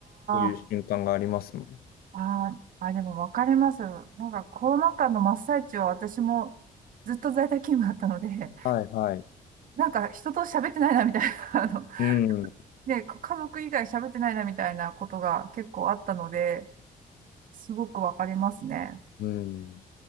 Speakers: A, on the left (about 85°); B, on the right (about 65°).
A: そういう瞬間がありますもん。
B: あ、あーあ、でもわかります。なんかコロナ禍の真っ最中は私もずっと在宅勤務だったので、
A: はいはい。
B: なんか人と喋ってないなみたいな、<laughs> あの、
A: うん。
B: で、家族以外喋ってないなみたいなことが結構あったので、すごくわかりますね。
A: うん。